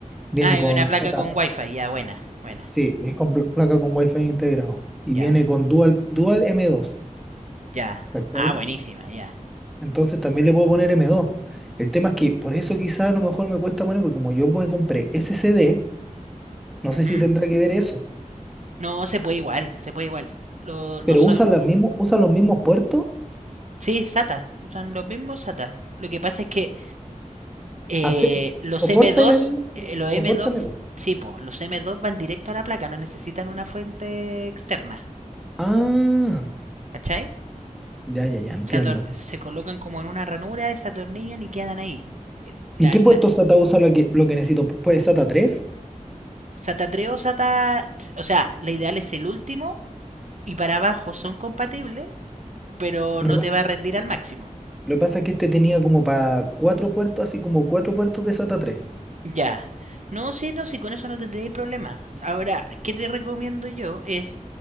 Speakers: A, in the centre; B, on the right (about 60°).
A: viene
B: Ah,
A: con
B: y una placa
A: SATA,
B: con wifi, ya, buena, buena.
A: sí, es con pl- placa con Wi-Fi integrado y
B: Ya,
A: viene con Dual, Dual m dos,
B: ya.
A: ¿cachai?
B: Ah, buenísima, ya.
A: Entonces también le puedo poner m dos El tema es que por eso quizás a lo mejor me cuesta poner, porque como yo me compré SSD, no
B: Ujú,
A: sé si tendrá que ver eso.
B: No, se puede igual, se puede igual. Lo- no
A: Pero
B: son...
A: usa los mismos, usa los mismos puertos,
B: Sí, SATA, usan los mismos SATA. Lo que pasa es que eh,
A: hace, soporta
B: los M2,
A: m dos
B: eh, los
A: soporta
B: M2,
A: m dos
B: sí, po, los M2 van directo a la placa, no necesitan una fuente externa,
A: Ah,
B: ¿cachai?
A: ya, ya, ya, entiendo.
B: Se, se colocan como en una ranura, se atornillan y quedan ahí. La,
A: ¿Y qué puerto
B: la,
A: SATA usa lo que, lo que necesito? Pu- ¿Puede SATA tres
B: SATA 3 o SATA, o sea, la ideal es el último y para abajo son compatibles, pero
A: Lo
B: no
A: que pa-
B: te va a rendir al máximo.
A: lo que pasa es que este tenía como para cuatro puertos, así como cuatro puertos de SATA tres
B: Ya. No, sí, no, sí, con eso no tendréis problema. Ahora, ¿qué te recomiendo yo? Es